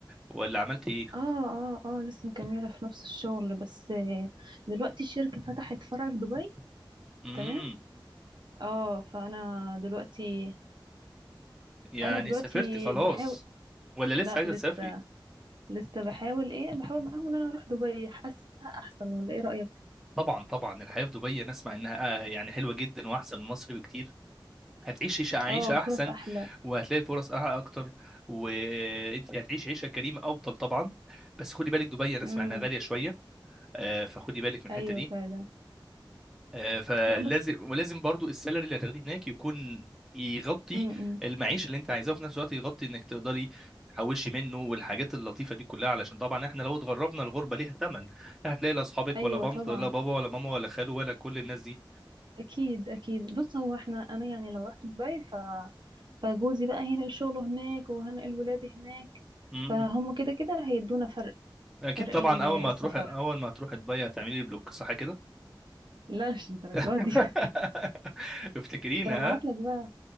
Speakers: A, in the centre; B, on the right (about 60°).
A: ولا عملت ايه
B: اه اه اه لسه مكملة في نفس الشغل بس آه، دلوقتي الشركة فتحت فرع في دبي
A: امم
B: تمام اه فانا دلوقتي
A: يعني
B: فانا دلوقتي
A: سافرت خلاص
B: بحاول
A: ولا
B: لا
A: لسه عايزه
B: لسه
A: تسافري
B: لسه بحاول ايه بحاول معاهم ان انا اروح دبي حاسة احسن ولا ايه رأيك
A: طبعا طبعا الحياه في دبي انا اسمع انها آه، يعني حلوه جدا واحسن من مصر بكتير هتعيش عيشه عيشه
B: اه وفرص
A: احسن
B: احلى
A: وهتلاقي فرص أح- اكتر وانت هتعيش عيشه كريمه افضل طبعا بس خدي بالك دبي انا اسمع
B: امم
A: انها غاليه شويه آه، فخدي بالك من
B: ايوه
A: الحته دي
B: فعلا
A: آه، فلازم
B: لا بص
A: ولازم برضو السالري اللي هتاخديه هناك يكون يغطي
B: امم
A: المعيشة اللي انت عايزاها وفي نفس الوقت يغطي انك تقدري تحوشي منه والحاجات اللطيفة دي كلها علشان طبعا احنا لو اتغربنا الغربة ليها ثمن هتلاقي لا اصحابك
B: ايوه
A: ولا بنت
B: طبعا
A: ولا بابا ولا ماما ولا خالو ولا كل الناس دي
B: اكيد اكيد بص هو احنا انا يعني لو رحت دبي ف فجوزي بقى هينقل شغله هناك وهنقل ولادي هناك
A: مم.
B: فهم كده كده هيدونا فرق
A: اكيد
B: فرق
A: طبعا
B: ال- السفر
A: اول ما هتروح اول ما هتروح دبي هتعملي لي بلوك صح كده
B: لا مش الدرجات
A: <laughs>
B: دي <laughs>
A: افتكرينا
B: ده انا ابعت
A: ها
B: لك بقى